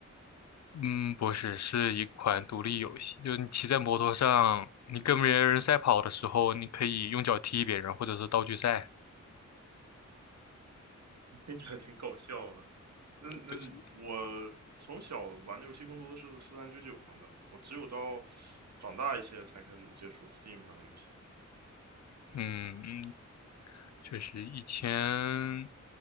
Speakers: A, on the left; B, on the right.
A: 嗯，不是，是一款独立游戏，就是你骑在摩托上，你跟别人赛跑的时候，你可以用脚踢别人，或者是道具赛。
B: <laughs> 听起来挺搞笑的。那那我从小玩的游戏更多的是四三九九上的，
A: 对，
B: 我只有到长大一些才开始接触 Steam 上的游戏。
A: 嗯，确实，以前